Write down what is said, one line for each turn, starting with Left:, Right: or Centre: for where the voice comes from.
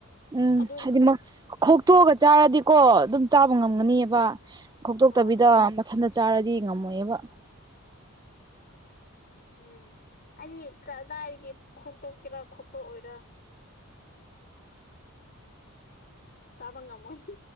Right: ꯎꯝ
Left: ꯑꯗꯨꯅ
Right: ꯍꯥꯏꯗꯤ ꯈꯣꯛꯇꯣꯛꯑꯒ ꯆꯥꯔꯗꯤꯀꯣ ꯑꯗꯨꯝ ꯆꯥꯕ ꯉꯝꯒꯅꯤꯕ ꯈꯣꯛꯇꯣꯛꯇꯕꯤꯗ
Left: ꯑꯥ
Right: ꯃꯊꯟꯇ ꯆꯥꯔꯗꯤ ꯉꯝꯃꯣꯏꯕꯥ
Left: ꯎꯝ ꯑꯩꯗꯤ ꯀꯗꯥꯏꯗꯒꯤ ꯈꯣꯛꯇꯣꯛꯀꯦꯔꯥ ꯈꯣꯛꯇꯣꯛꯑꯣꯏꯔꯥ ꯆꯥꯕ ꯉꯝꯃꯣꯏ